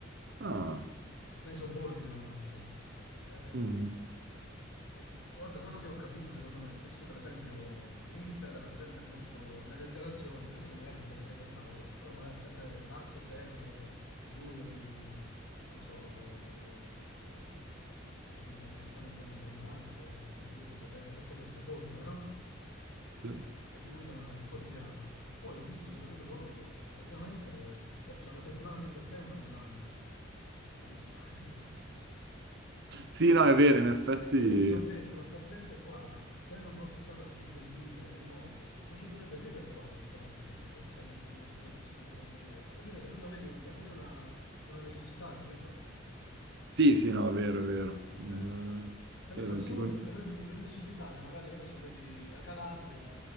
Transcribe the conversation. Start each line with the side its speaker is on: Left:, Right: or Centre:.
Right: Ah.
Left: nei sobborghi di Londra, diciamo. Eh,
Right: mhm.
Left: e guarda, quello che ho capito, secondo me, visto per esempio in Inghilterra la gente è molto nelle interazioni, anche se magari non gliene frega un cavolo, però magari è sempre grazie, prego, figurati, non lo so, eh, abbi- fai una buona giornata, che Dio ti protegga, tutte queste formule, no?
Right: <laughs>
Left: che si usano nel quotidiano. E poi ho visto, mi sono reso conto che praticamente, cioè, c'è una settimana di bel tempo nell'anno, capito? <laughs>
Right: Sì, no, è vero, in effetti...
Left: E quindi mi sono detto, ma sta gente qua, se non fosse stata così gentile nei modi, non ci potrebbe vivere qua questo tempo, capito? È sempre nuvoloso, sempre scuro, sempre nero. Alla fine, secondo me, diventa pure una, una necessità, capito?
Right: Sì, sì, no, è vero, è vero. Mm,
Left: Eh, capito?
Right: eh,
Left: Al sud,
Right: ti con-
Left: eh, per esempio, prendi il sud Italia, magari, che ne so, vedi la Calabria,